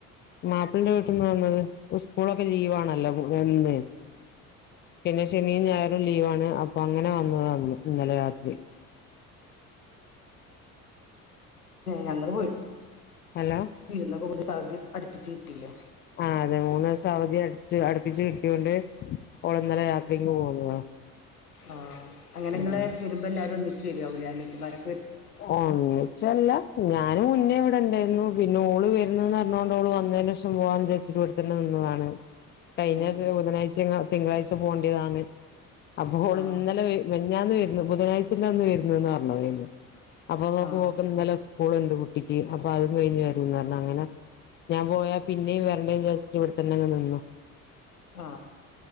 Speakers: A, on the left; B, on the left.
A: മാപ്പിളിടെ വീട്ടിന്ന് വന്നത് ഉസ്കൂളൊക്കെ ലീവ് ആണല്ലോ എന്ന് പിന്നെ ശനിയും ഞായറും ലീവാണ് അപ്പൊ അങ്ങനെ വന്നതാ ഒന്ന് ഇന്നലെ രാത്രി
B: ഞങ്ങള് പോയി
A: ഹലോ
B: വിരുന്നൊക്കെ പുതിയ അടുപ്പിച്ച് കിട്ടിയില്ലേ
A: ആ അതെ മൂന്ന് ദിവസം അവധി അടച്ച് അടുപ്പിച്ച് കിട്ടിയൊണ്ട് ഓള് ഇന്നലെ രാത്രിങ് പോന്നതാ
B: ആഅങ്ങനെ
A: ഉം
B: ഇങ്ങള് വരുമ്പോ എല്ലാരും ഒന്നിച്ച് വരാവൂല്ലേ അനി യത്തിമാരൊ
A: ആഒന്നിച്ചല്ല ഞാന് മുന്നേ ഇടെണ്ടേർന്നു പിന്നെ ഓള് വരുന്നന്ന് അറഞ്ഞോണ്ട് ഓള് വന്നേൻ്റെഷം പോവാന്ന് വിചാരിച്ചിട്ട് ഇവിടത്തന്നെ നിന്നതാണ് കഴിഞ്ഞ
B: ആഹ്
A: ചൊ ബുധനാഴ്ച ങ്ങ തിങ്കളാഴ്ച പോണ്ടിതാണ് അപ്പോപ്പോ ഓള്
B: ആഹ്
A: ഇന്നലെ വരു ഞാന്ന് വരുന്നു ബുധനാഴ്ചന്റെന്ന് വരുന്നുന്ന് പറഞ്ഞതാരുന്നു അപ്പൊ നോക്ക്
B: ആഹ്
A: മോക്ക് ഇന്നലെ സ്‌ കൂളുണ്ട് കുട്ടിക്ക് അപ്പൊ അതും കഴിഞ്ഞ് വരുംന്ന് പറഞ്ഞ് അങ്ങനെ ഞാൻ പോയാ പിന്നെയും വരണ്ടെന്ന്ചാരിച്ച് ഇവിടെത്തന്നെ അങ്ങ് നിന്നു
B: ആ